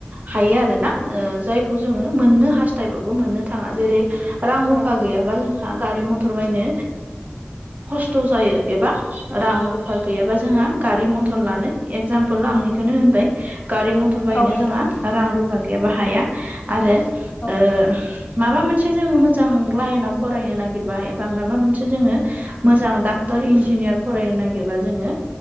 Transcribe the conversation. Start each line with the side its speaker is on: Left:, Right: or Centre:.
Right: हायो आरो। आरो ना जायखौ जोङो मोननो हास्थायबाबो मोननो थाङा जेरै रां
Left: औ
Right: रुफा गैयाबा जों हा गारि मथर बायनो खस्थ' जायो एबा रां रुफा गैयाबा जोंहा गारि मथर लानो एक्जामपोल आंनिखौनो होनबाय गारि मथर बायनो
Left: औ नोंथां
Right: जोंा रां रुफा गैयाबा हाया। आरो
Left: औ
Right: ओ माबा मोनसे जोङो मोजां लाइनाव फरायनो नागिरबा एबा माबा मोनसे जोङो मोजां डाक्टर इन्जिनियार फरायनो नागिरबा जोङो